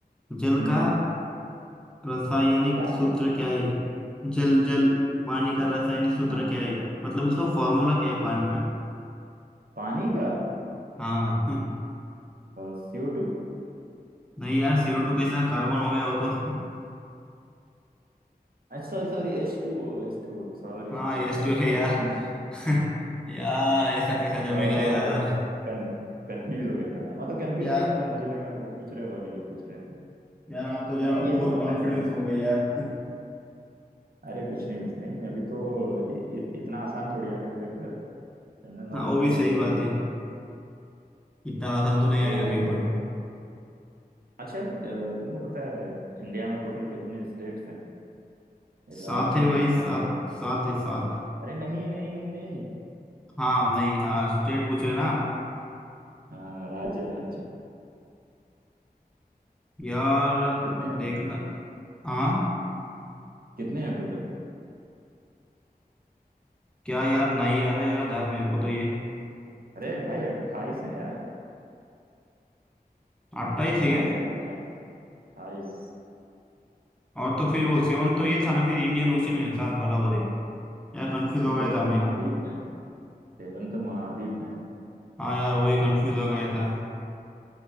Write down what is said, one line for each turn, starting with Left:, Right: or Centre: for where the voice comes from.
Centre: जल
Right: हम्म
Centre: का रासायनिक
Right: क्या
Centre: सूत्र
Right: क्या
Centre: क्या है जल जल पानी का रासायनिक सूत्र
Right: हाँ
Centre: क्या है मतलब उसका फॉर्मूला क्या है पानी का
Right: पानी का
Centre: हाँ <laughs>
Right: सीओ टू
Centre: नहीं यार CO2 कैसा कार्बन हो गया हो तो
Right: अच्छा sorry sorry एच टू ओ एच टू ओ sorry
Centre: हाँ
Right: sorry
Centre: यस
Right: sorry
Centre: तो
Right: sorry
Centre: है यार
Right: <laughs>
Centre: <laughs> यार ऐसा कैसा जमेगा
Right: और थोड़ा
Centre: यार
Right: वो कन, कंफ्यूज हो गया था मतलब कंफ्यूज
Centre: यार
Right: नहीं मतलब मुझे लगा वो पूछ रहे हो और ये पूछ रहे थे
Centre: यार आप तो जरा
Right: ये
Centre: ओवर
Right: तो पता
Centre: कॉन्फिडेंस
Right: है
Centre: हो गए यार
Right: अरे कुछ नहीं कुछ नहीं अभी तो इ, इ, इतना आसान थोड़ी आएगा पेपर जनरल नॉलेज
Centre: हाँ वो
Right: तो
Centre: भी
Right: होनी
Centre: सही
Right: चाहिए
Centre: बात है इतना आसान तो नहीं
Right: तो
Centre: आएगा पेपर
Right: अच्छा अ, तुमको पता है इंडिया में टोटल कितने स्टेट्स हैं
Centre: सात
Right: राज्य
Centre: है
Right: जो
Centre: भाई
Right: हैं
Centre: सात सात है सात
Right: अरे नहीं नहीं नहीं नहीं
Centre: हाँ नहीं हाँ स्ट्रेट पूछ रहे ना आप
Right: हाँ राज्य राज्य
Centre: यार
Right: कितने हैं
Centre: देखना
Right: टोटल
Centre: हाँ
Right: कितने हैं टोटल
Centre: क्या यार नहीं आ रहा यार यार मेरे को तो ये
Right: अरे भाई अट्ठाईस है यार
Centre: अट्ठाईस
Right: अट्ठाईस
Centre: है क्या
Right: है अट्ठाईस है अट्ठाईस
Centre: और तो फिर वो सेवन तो ये था ना फिर इंडियन ओशन है सात बराबर है यार कंफ्यूज हो
Right: वो
Centre: गया था
Right: तो महाद्वीप
Centre: मैं
Right: है सेवन तो महाद्वीप है
Centre: हाँ यार वही कंफ्यूज हो गया था